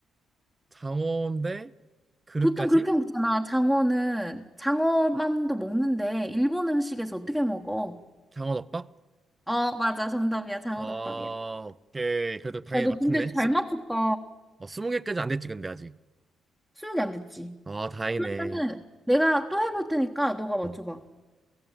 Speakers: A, on the right; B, in the centre.
A: 장어인데 그릇까지?
B: 보통 그렇게 먹잖아. 장어는, 장어만도 먹는데, 일본 음식에서 어떻게 먹어?
A: 장어덮밥?
B: 어, 맞아. 정답이야. 장어덮밥이야.
A: 아, 오케이. 그래도 당연히
B: 야, 너
A: 맞췄네.
B: 근데 잘
A: 스,
B: 맞췄다.
A: 어, 20개까지 안 됐지, 근데 아직.
B: 스무 개 안 됐지?
A: 아, 다행이네.
B: 그러면은 내가 또 해볼 테니까 너가 맞춰봐.
A: 음.